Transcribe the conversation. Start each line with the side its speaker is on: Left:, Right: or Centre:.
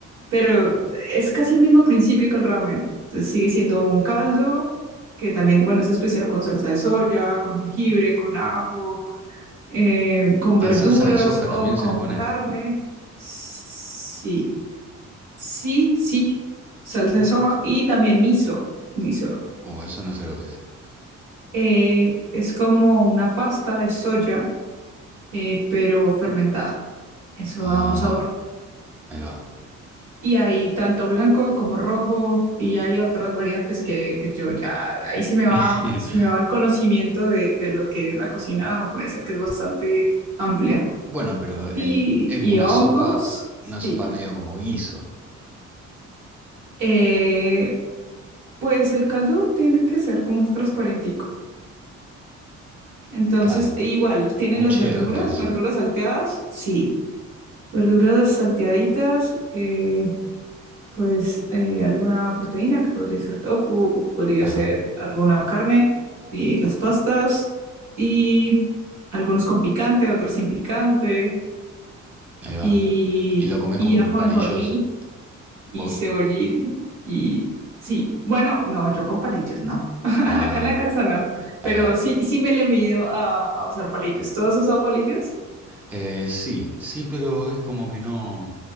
Right: pero es casi el mismo principio que el ramen. Entonces sigue siendo un caldo que también, bueno, es especial con salsa de soya, con jengibre, con ajo, eh, con verduras
Centre: Ah, salsa de soja
Right: o
Centre: también
Right: con
Centre: se le pone.
Right: carne. Sí, sí, sí, salsa
Centre: Mirá.
Right: de soja y también miso. Miso.
Centre: Oh, eso no sé lo que es.
Right: Eh, es como una pasta de soya, eh, pero fermentada. Eso
Centre: Ah.
Right: da un sabor.
Centre: Ahí va.
Right: Y hay tanto blanco como rojo y hay otras variantes que, que yo ya, ahí se me va,
Centre: <laughs>
Right: se me va el conocimiento de, de lo que es la cocina japonesa, que es bastante amplia.
Centre: Bueno, pero
Right: Y,
Centre: en, es una
Right: y hongos,
Centre: sopa,
Right: sí.
Centre: una sopa medio como guiso.
Right: Eh, pues el caldo tiende que ser como un transparentico. Entonces,
Centre: Claro.
Right: igual, ¿tienen
Centre: Puchero,
Right: las verduras?
Centre: entonces.
Right: ¿Verduras salteadas? Sí. Verduras salteaditas. eh, pues eh, alguna proteína que podría ser tofu o podría
Centre: Ajá,
Right: ser alguna carne y las pastas y algunos con picante, otros sin picante
Centre: ahí va.
Right: y,
Centre: ¿Y lo comés
Right: y
Centre: con
Right: ajonjolí
Centre: palillos,
Right: y
Centre: vos?
Right: cebollín y sí, bueno, no, yo con palillos no. <laughs>
Centre: Ah,
Right: Acá en la casa no,
Centre: ahí
Right: pero
Centre: va.
Right: sí, sí me le mido a, a usar palillos. ¿Tú has usado palillos?
Centre: Eh, sí, sí, pero es como que no,